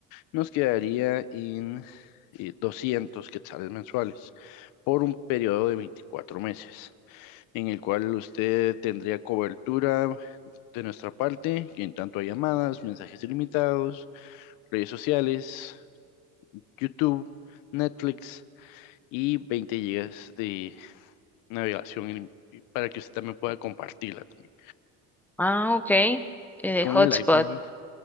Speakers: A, on the left; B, in the centre.
A: Nos quedaría en eh, 200 quetzales mensuales por un periodo de veinticuatro meses en el cual usted tendría cobertura de nuestra parte, en tanto a llamadas, mensajes ilimitados, redes sociales, YouTube, Netflix y 20 gigas de navegación ilim- para que usted también pueda compartirla también.
B: Ah, ok, eh, de
A: Con
B: hotspot.
A: el iPhone,